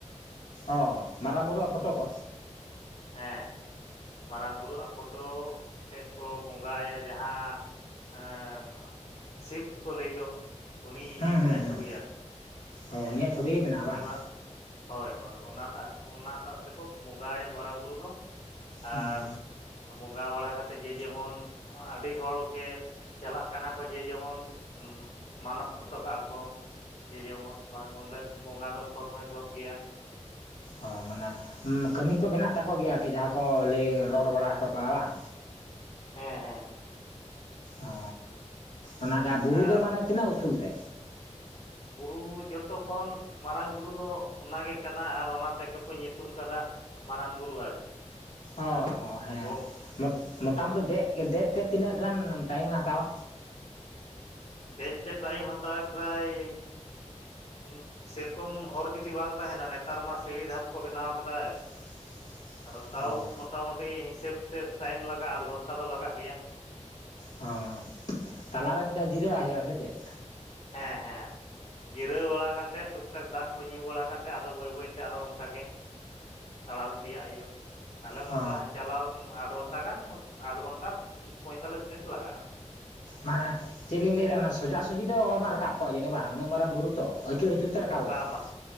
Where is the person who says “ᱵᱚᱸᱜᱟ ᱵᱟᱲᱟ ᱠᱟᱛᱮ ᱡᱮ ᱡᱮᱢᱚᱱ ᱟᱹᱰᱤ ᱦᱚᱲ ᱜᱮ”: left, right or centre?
Left